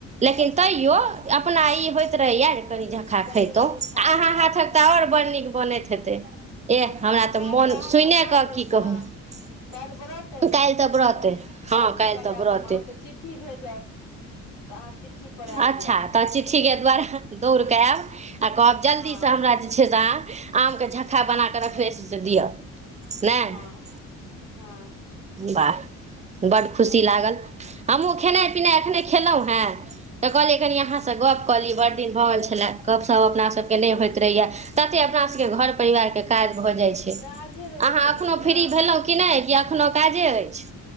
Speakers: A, on the right; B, on the left.
A: लेकिन
B: अच्छा
A: तैयो अपना ई होइत रहैया जे कनि झक्खा
B: कनि
A: खैतों
B: मनी
A: आ
B: खा
A: अहाँक
B: ली
A: हाथकते और बड़ नीक बनैत हेतै
B: बहुत
A: एह हमरा
B: नीक
A: तऽ
B: काल्हि
A: मोन
B: अहाँके
A: सुने
B: व्रत
A: कऽ
B: अछि
A: की कहू
B: ने काल्हि व्रत अछि
A: काल्हि तब रहतै
B: तऽ परसू
A: हँ काल्हि
B: बनायब
A: तब रहतै।
B: तऽ हम अहाँके चिट्ठी भेजब तऽ अहाँ चिट्ठी पर आबि
A: अच्छा
B: जायब
A: तऽ चिठ्ठीके दुआरे दौड़ कऽ आयब। आ कहब जल्दीसँ
B: हँ
A: हमरा जे छै से अहाँ आमके झक्खा बना कऽ रखने छी से दिअ। नहि
B: हँ हँ
A: वाह बड्ड खुशी लागल हमहूँ खेनाइ पिनाइ एखने खेलहुँ हेँ तऽ कहलियै कनि अहाँसँ गप कऽली बड़ दिन भऽ गेल छलै गपशप अपना सबके नहि होइत रहैया। तते अपना सभके घर परिवारके काज भऽ जाइत छै
B: काजे रहै
A: अहाँ
B: छै
A: एखनो
B: बहुत ने
A: सुतलहुँ कि नहि एखनो काजे अछि।